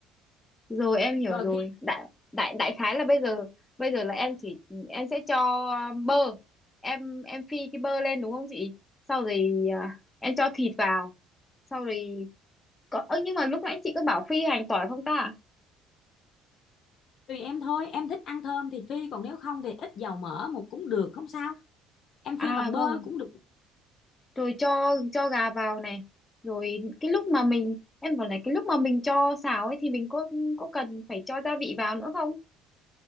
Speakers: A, on the left; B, on the left.
A: rồi em hiểu
B: rồi
A: rồi
B: khi
A: đại đại đại khái là bây giờ bây giờ là em chỉ em sẽ cho um, bơ em em phi cái bơ lên đúng không chị sau rồi à, em cho thịt vào sau rồi có ơ nhưng mà lúc nãy chị có bảo phi hành tỏi không ta
B: tùy em thôi em thích ăn thơm thì phi còn nếu không thì ít dầu mỡ một cũng được không sao em
A: à
B: phi bằng bơ
A: vâng
B: cũng được
A: rồi cho cho gà vào này rồi cái lúc mà mình em bảo này cái lúc mà mình cho xào ấy thì mình có có cần phải cho gia vị vào nữa không